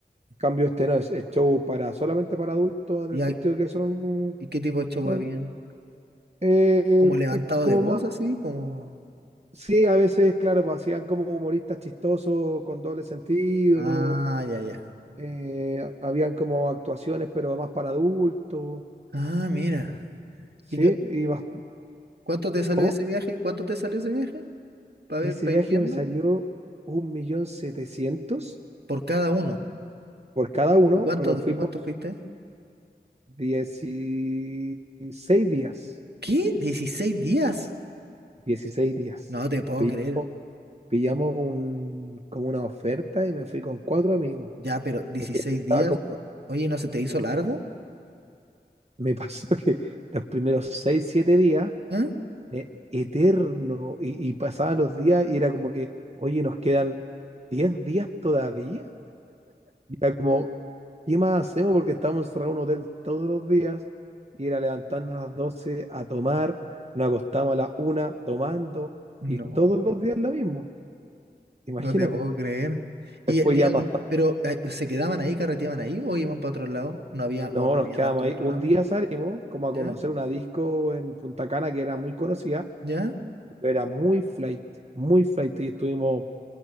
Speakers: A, on the right; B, on the right.
A: En cambio, este no es, es show para solamente para adultos, en
B: ¿Y,
A: el
B: hay-
A: sentido que son,
B: y qué tipo de show
A: son
B: bien?
A: eh,
B: ¿Como levantado
A: eh, como
B: de voz
A: más.
B: así? Como...
A: Sí, a veces, claro, pues, hacían como humoristas chistosos, con doble sentido,
B: Ah, ya, ya.
A: eh, habían como actuaciones, pero más para adultos,
B: Ah, mira.
A: ¿sí?
B: ¿Y qué-
A: Y bas-
B: cuánto te salió
A: ¿cómo?
B: ese viaje? ¿Cuánto te salió ese viaje? Para
A: Ese
B: ver, para
A: viaje
B: ir viendo.
A: me salió un millón setecientos
B: Por cada uno.
A: por cada uno,
B: ¿Y cuánto,
A: pero fuimos
B: y cuánto fuiste?
A: 16 días,
B: ¿Qué? Dieciséis días?
A: 16 días.
B: No te puedo
A: Pi-
B: creer.
A: Pillamos un, como una oferta y me fui con cuatro amigos,
B: Ya, pero dieciséis
A: porque estaba
B: días?
A: como-
B: O- Oye, ¿no se te hizo largo?
A: me pasó <laughs> que los primeros 6 7 días
B: ¿Ah?
A: e- eterno y, y pasaban los días y era como que, oye, nos quedan 10 días todavía. Y era como, ¿qué más hacemos? Porque estamos encerrados en un hotel todos los días y era levantarnos a las 12 a tomar, nos acostamos a las una tomando
B: No,
A: y todos los días lo mismo, imagínate.
B: no te puedo creer. Y,
A: Después ya
B: y a la
A: pasó,
B: no- pero eh, se quedaban ahí, carreteaban ahí o iban para otro lado. No había,
A: no,
B: o no
A: nos
B: había
A: quedamos
B: tanto para
A: ahí.
B: otro
A: Un
B: lado.
A: día salimos como a
B: ¿Ya?
A: conocer una disco en Punta Cana que era muy conocida,
B: ¿Ya?
A: pero era muy flight, muy flight y estuvimos